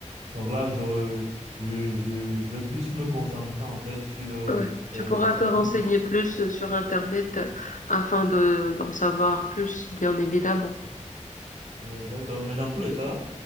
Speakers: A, on the right; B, on the left.
A: Donc là, je, je, je, je vais plus me concentrer en fait sur, euh,
B: Ouais.
A: sur les,
B: Tu pourras
A: les
B: te
A: atouts.
B: renseigner plus euh, sur Internet euh, afin de, d'en savoir plus, bien évidemment.
A: Euh, d'accord, mais dans tous les cas,